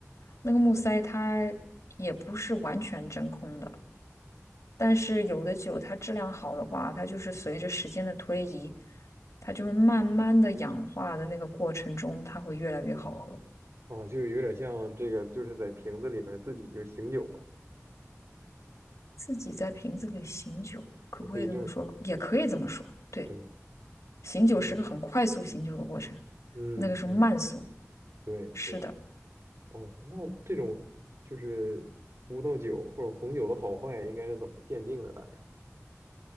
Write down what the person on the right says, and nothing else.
哦，就有点像这个，就是在瓶子里面自己就醒酒了。
我可以这么，
对吧？
哦，嗯嗯，
对，
是吧？哦，那这种就是葡萄酒或者红酒的好坏，应该是怎么鉴定的？大概？